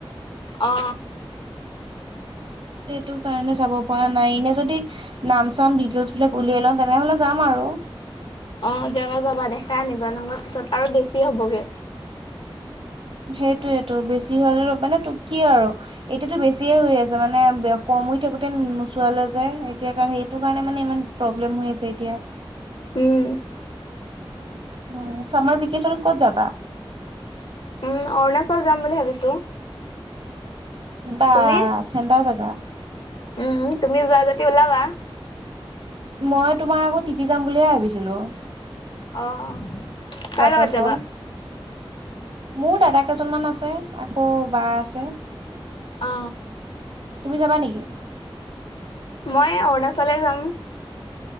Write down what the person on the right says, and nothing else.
সেইটো কাৰণে যাব কৰা নাই এনে যদি নাম চাম ডিটেলচ্ বিলাক উলিয়াই লওঁ তেনেহলে যাম আৰু।
সেইটোয়েটো বেছি হোৱালে মানে তো কি আৰু এতিয়াতো বেছিয়ে হৈ আছে মানে বেঅ ক সময় থাকোতে নোচোৱালে যে এতিয়া কাৰণ এইটো কাৰণে মানে ইমান প্ৰব্লেম হৈ আছে এতিয়া।
উম চামাৰ ভিকেচনত ক'ত যাবা?
বা
ঠেণ্ডা জাগা।
মই তোমাৰ আকৌ টিপি যাম বুলিয়ে ভাবিছিলো।
ৱাটাৰফল
মোৰ দাদাকেইজনমান আছে, আকৌ বা আছে।
তুমি যাবা নিকি?